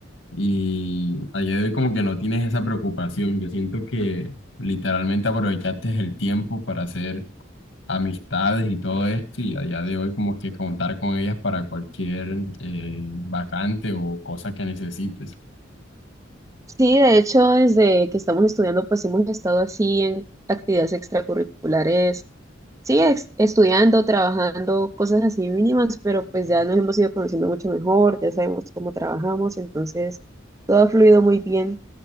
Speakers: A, on the left (about 85°); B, on the right (about 15°).
A: Y a día de hoy como que no tienes esa preocupación. Yo siento que literalmente aprovechaste el tiempo para hacer amistades y todo esto y a día de hoy como que contar con ellas para cualquier eh, vacante o cosa que necesites.
B: Sí, de hecho, desde que estamos estudiando, pues hemos estado así en actividades extracurriculares sí, ex- estudiando, trabajando, cosas así mínimas, pero pues ya nos hemos ido conociendo mucho mejor, ya sabemos cómo trabajamos, entonces todo ha fluido muy bien.